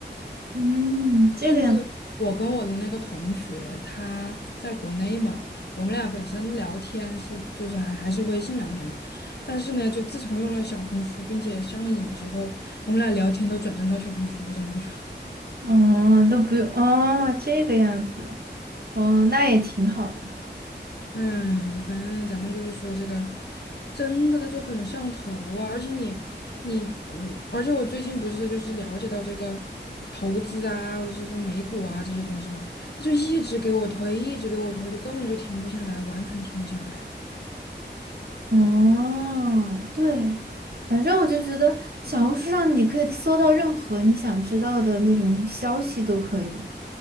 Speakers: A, on the right (about 55°); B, on the left (about 60°).
A: 嗯，这个样子，
B: 甚至我跟我的那个同学，他在国内嘛，我们俩本身聊天是就是还还是微信聊天嘛，但是呢，就自从用了小红书并且上瘾之后，我们俩聊天都转战到小红书上面去了。
A: 哦，都不用，哦，这个样子，哦，那也挺好的，
B: <laughs> 哎，反正咱们就是说这个，真的他就很上头啊！而且你你嗯，而且我最近不是就是了解到这个投资啊，或者是美股啊这些东西嘛，他就一直给我推，一直给我推，就根本就停不下来，完全停不下来。
A: 哦，对，反正我就觉得小红书上你可以搜到任何你想知道的那种消息都可以。